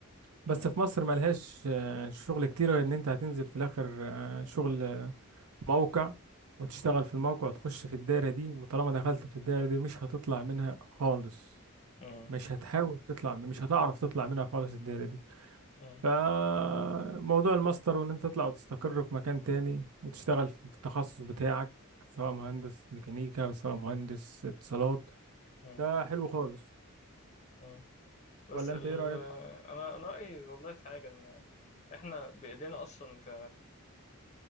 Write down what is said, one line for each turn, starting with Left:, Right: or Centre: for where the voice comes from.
Right: بس
Left: مم.
Right: في مصر ملهاش آه، شغل كتير غير ان انت هتنزل في الاخر آه، شغل آه، موقع وتشتغل في الموقع وتخش في الدايرة دي وطالما دخلت في الدايرة دي مش هتطلع منها خالص
Left: مم.
Right: مش هتحاول تطلع مش هتعرف تطلع منها خالص الدايرة دي
Left: مم.
Right: فموضوع الماستر وان انت تطلع وتستقر في مكان تاني وتشتغل في التخصص بتاعك سواء مهندس ميكانيكا أو سواء مهندس اتصالات
Left: مم.
Right: ده حلو خالص
Left: مم. بس
Right: ولا
Left: ال
Right: انت ايه رأيك؟
Left: انا انا رايي والله في حاجه ان احنا بايدينا اصلا ك